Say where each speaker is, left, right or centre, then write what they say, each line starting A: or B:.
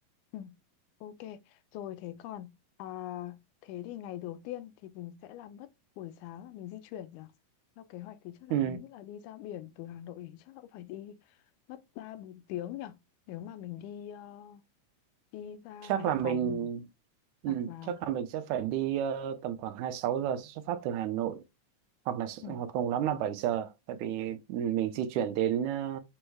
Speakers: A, on the left (about 85°); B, on the right (about 80°).
A: ừ. ok rồi thế còn à, thế thì ngày đầu tiên thì mình sẽ làm mất buổi sáng là mình di chuyển nhỉ theo kế hoạch thì chắc là
B: Ừ,
A: thống nhất là đi ra biển từ Hà Nội thì chắc là cũng phải đi mất ba bốn tiếng nhỉ nếu mà mình đi ờ, đi ra
B: chắc
A: Hải
B: là mình
A: Phòng
B: ừ,
A: hoặc là
B: chắc là mình sẽ phải đi ờ, tầm khoảng 26 giờ xuất phát từ Hà Nội. hoặc là s-
A: ừ,
B: hoặc cùng lắm là bảy giờ tại vì mình di chuyển đến ờ,